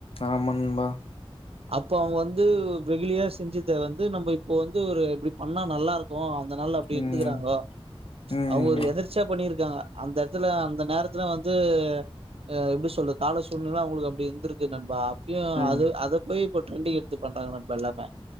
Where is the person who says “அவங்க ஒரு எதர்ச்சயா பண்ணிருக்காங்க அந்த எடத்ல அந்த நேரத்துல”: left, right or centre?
Right